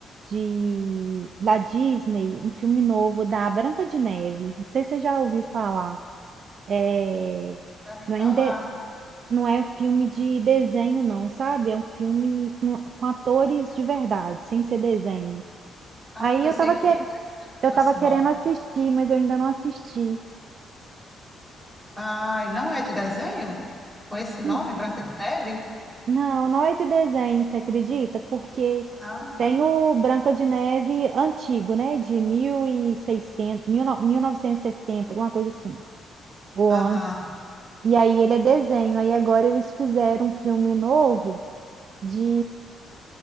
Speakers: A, on the right; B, in the centre.
A: de da Disney, um filme novo da Branca de Neve. Não sei se você já ouviu falar. É,
B: Já vi
A: Não
B: falar,
A: é,
B: mas...
A: Não é um filme de desenho, não, sabe? É um filme com, com atores de verdade, sem ser desenho.
B: Ah,
A: Aí
B: eu pensei
A: eu tava,
B: que
A: que, eu
B: fosse
A: tava querendo
B: nome.
A: assistir, mas eu ainda não assisti.
B: Ai, não é de desenho? Com esse nome,
A: Hum,
B: Branca de Neve?
A: Não, não é de desenho, você acredita? Porque
B: Não.
A: tem o Branca de Neve antigo, né? De 1600, 19- 1960, alguma coisa assim, ou
B: Aham.
A: antes. E aí ele é desenho. Aí agora eles fizeram um filme novo de